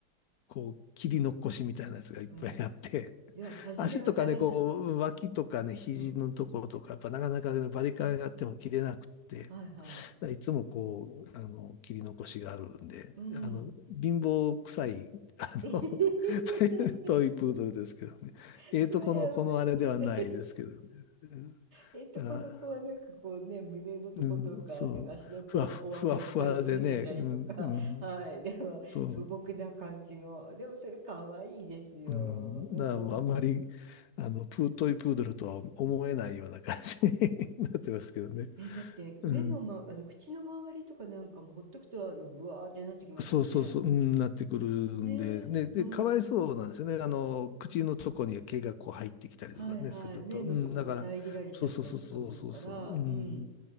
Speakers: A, on the left; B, on the right.
A: こう、切り残しみたいなやつがいっぱいあって、
B: うん。
A: <laughs>
B: いや、初めは大変だよ。
A: 足とかね、こう、脇とかね、肘のところとか、
B: うん。
A: やっぱなかなかねバリカンやっても切れなくて、
B: はいはい。
A: いつもこう、あの、切り残しがあるんで、
B: うん
A: あの、貧乏臭い、<laughs> あの、
B: えへん。
A: <laughs> トイプードルですけどね。
B: <laughs>
A: ええとこの、
B: それ面白い。
A: このあれではないですけどね。うん
B: えっと、
A: だから、
B: この子はなんかこうね、胸のとことか、
A: うん、そう、
B: なんか足のポワポワがいっぱいついてたりとか、
A: ふわふ、ふわふわでね、うん、うん、
B: はい、でも素朴な感じの、
A: そう。
B: でもそれ可愛いですよ。
A: うん、だからもうあんまり、
B: うん。
A: あの、プートイプードルとは思えないような感じに <laughs> なってますけどね。
B: え、だって目の、
A: うん。
B: ま、あの口の周りとかなんかもほっとくとあのブワーってなってきますよね。
A: そうそうそう、うん、なってくるんで、
B: ねえ、
A: ね、で、
B: うん。
A: かわいそうなんですよね。あの、口のとこに毛がこう入ってきたりとかね、
B: はいはい。
A: すると。
B: 目のとこも遮られちゃったりとかするから、
A: うん、だから、そうそうそうそうそうそう、うん。
B: うん。